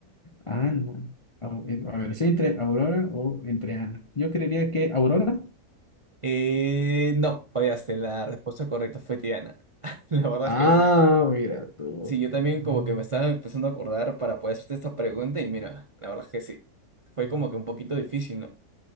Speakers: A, on the left; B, on the right.
A: Ana. Au- eh, A, ver, ¿estoy entre Aurora o entre Ana? Yo creería que Aurora.
B: Eh, no, fallaste. La respuesta correcta fue Diana. <laughs> La verdad
A: Ah,
B: es que yo-
A: mira tú.
B: sí, yo también como que me estaba empezando a acordar para poder hacerte esta pregunta y mira, la verdad es que sí. Fue como que un poquito difícil, ¿no?